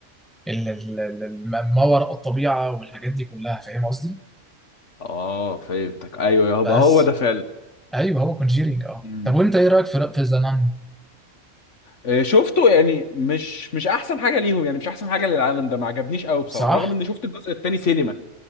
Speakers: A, in the centre; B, on the left.
A: ال... ال... ال... الم- ما وراء الطبيعه والحاجات دي كلها فاهم قصدي
B: آه فهمتك أيوه يبقى
A: بس
B: هو ده فعلا
A: ايوه هو كونجيرنج اه
B: مم.
A: طب وانت ايه رايك في في ذا نان؟
B: آه، شفته يعني مش مش احسن حاجه ليهم يعني مش احسن حاجه للعالم ده ما عجبنيش قوي بصراحه
A: صح
B: رغم اني شفت الجزء الثاني سينما